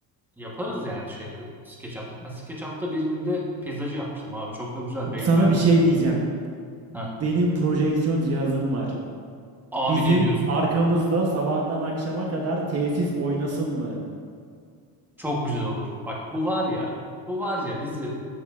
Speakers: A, in the centre; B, on the right.
A: yaparız yani şeyde SketchUp'ta. Ben SketchUp'ta bir günde peyzajı yapmıştım abi. Çok da güzel. Be
B: Sana
A: beğenmiş
B: bir şey
A: de oldum.
B: diyeceğim.
A: Heh.
B: Benim projeksiyon cihazım var.
A: Abi
B: Bizim
A: ne diyorsun?
B: arkamızda sabahtan akşama kadar tesis oynasın mı?
A: Çok güzel olur. Bak bu var ya. Bu var ya bizi